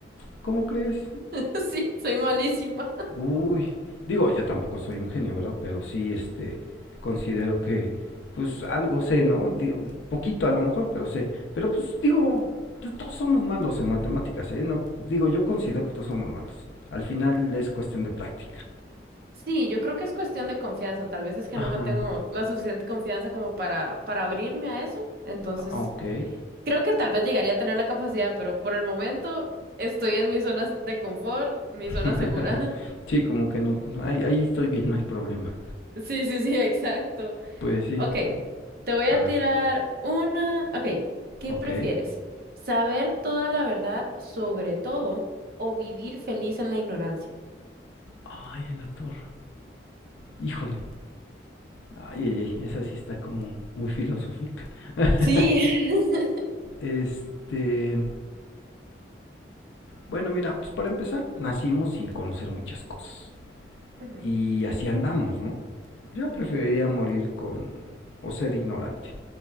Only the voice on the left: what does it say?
¿Cómo crees?
Uy, digo, yo tampoco soy un genio, ¿verdad? Pero sí, este, considero que, pues algo sé, ¿no? Digo, poquito a lo mejor, pero sé. Pero pues digo, t- todos somos malos en matemáticas, ¿eh? No, digo, yo considero que todos somos malos. Al final es cuestión de práctica.
Ajá,
ah, ok.
<laughs>
sí, como que no, ahí, ahí estoy bien, no hay problema.
Pues sí,
eh,
a
ver,
ok.
Ay, en la torre, híjole. Ay, ay, ay, esa sí está como muy filosófica. <laughs>
Este, bueno, mira, pues para empezar, nacimos sin conocer muchas cosas.
Y así andamos, ¿no? Yo
preferiría morir con o ser ignorante